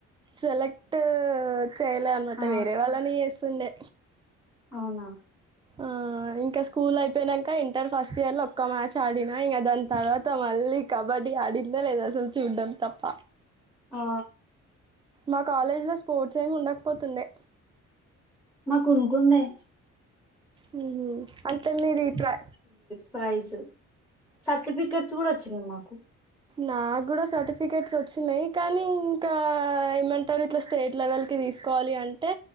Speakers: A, on the right (about 15°); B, in the centre.
A: సెలెక్ట్ చేయలే అనమాట
B: ఆ
A: వేరే వాళ్ళని చేస్తుండే
B: అవునా
A: ఆ ఇంకా స్కూల్ అయిపోయినాక ఇంటర్ ఫస్ట్ ఇయర్ లో ఒక్క మ్యాచ్ ఆడినా ఇంకా దాని తర్వాత మళ్ళీ కబడ్డీ ఆడిందే లేదు అసలు చూడ్డం తప్ప
B: ఆ,
A: మా కాలేజ్ లో స్పోర్ట్స్ ఏమి ఉండకపోతుండే
B: మాకు కొనుకుండే
A: మ్మ్ హ్మ్ అంటే మీరు ఈ ట్రై
B: ఫ్రైజ్ సర్టిఫికెట్స్ కూడా చ్చిన మాకు
A: నాకు కూడా సర్టిఫికేట్స్ వచ్చినాయ్, కానీ ఇంకా ఏమంటారు ఇట్లా స్టేట్ లెవెల్కి తీసుకోవాలి అంటే,